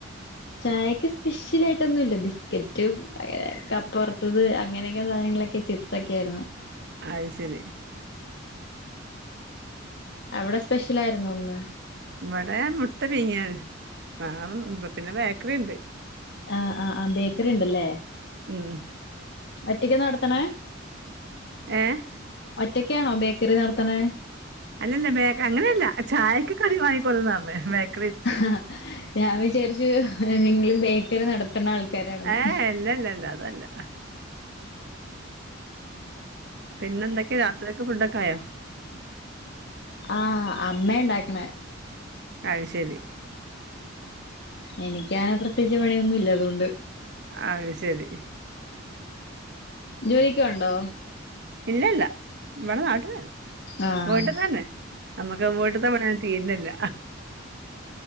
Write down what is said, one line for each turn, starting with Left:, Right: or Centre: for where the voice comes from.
Left: ചായക്ക് സ്പെഷ്യൽ ആയിട്ടൊന്നും ഇല്ല. ബിസ്ക്കറ്റ് കപ്പ വറത്തത് അങ്ങനെയങ്ങെ സാധനങ്ങളൊക്കെ ചിപ്സ് ഒക്കെ ആയിരുന്ന്.
Right: അത് ശരി
Left: അവിട സ്പെഷ്യല് ആരുന്നോ ഇന്ന്?
Right: ഇവിടേ മുട്ട പീങ്ങിയത് <unintelligible> പിന്നെ ബേക്കറി ഇണ്ട്.
Left: ആഹ് ആഹ് ആ ബേക്കറി ഇണ്ടല്ലേ
Right: ഉം
Left: ഒറ്റക്ക് നടത്തണെ
Right: ഏഹ്
Left: ഒറ്റക്കാണോ ബേക്കറി നടത്തണേ
Right: അല്ലല്ല ബേഗ അങ്ങനെയല്ല ചായക്ക് കടി വാങ്ങികൊള്ളുന്നതാണ്. <unintelligible>
Left: ആഹ് ഞാൻ വിചാരിച്ചു നിങ്ങളും ബേക്കറി നടത്തുന്ന ആൾക്കാരാണെന്ന്
Right: ഏഹ് ഇല്ലല്ലല്ല അതല്ല പിന്നെ എന്തക്കെ രാത്രിക്ക് ഫുഡൊക്കെ ക്കായോ
Left: ആഹ് അമ്മയാ ഇണ്ടാക്കണേ
Right: അത് ശരി
Left: എനിക്കങ്ങനെ പ്രത്യേകിച്ച് പണിയൊന്നും ഇല്ല അതൊണ്ട്
Right: അത് ശരി
Left: ജോലിക്ക് പോണ്ടോ
Right: ഇല്ല ഇല്ല ഇവിടെ നാട്ടിൽ തന്നെ
Left: ആഹ്
Right: വീട്ടി തന്നെ നമ്മുക്ക് വീട്ടത്തെ പണി -- തീരുന്നില്ല